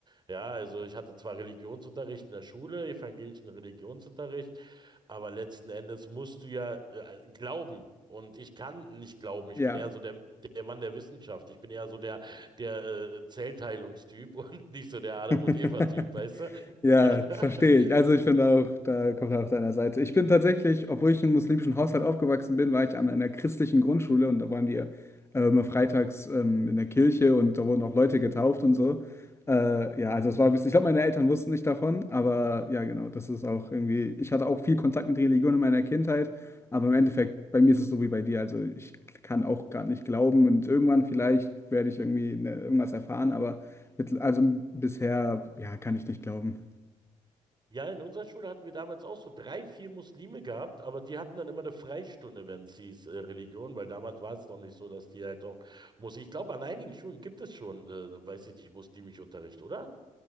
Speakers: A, on the right; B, on the left.
A: Ja, also ich hatte zwar Religionsunterricht in der Schule, evangelischen Religionsunterricht, aber letzten Endes musst du ja äh, glauben. Und ich kann nicht glauben. Ich
B: Ja.
A: bin eher so der, der Mann der Wissenschaft. Ich bin eher so der, der äh, Zellteilungstyp und <laughs> nicht so der Adam
B: <laughs>
A: und Eva-Typ, weißt du?
B: Ja,
A: <laughs>
B: verstehe ich. Also ich finde auch, da kommt er auf deiner Seite. Ich bin tatsächlich, obwohl ich in einem muslimischen Haushalt aufgewachsen bin, war ich an einer christlichen Grundschule und da waren wir äh, immer freitags ähm, in der Kirche und da wurden auch Leute getauft und so. Äh, ja, also es war, ich glaube, meine Eltern wussten nicht davon, aber ja, genau, das ist auch irgendwie, ich hatte auch viel Kontakt mit Religion in meiner Kindheit, aber im Endeffekt, bei mir ist es so wie bei dir. Also ich kann auch gerade nicht glauben und irgendwann vielleicht werde ich irgendwie ne, irgendwas erfahren, aber mit, also bisher, ja, kann ich nicht glauben.
A: Ja, in unserer Schule hatten wir damals auch so drei, vier Muslime gehabt, aber die hatten dann immer eine Freistunde, wenn es hieß äh, Religion, weil damals war es noch nicht so, dass die halt auch muss. Ich glaube, an einigen Schulen gibt es schon, äh, weiß ich nicht, muslimischen Unterricht, oder?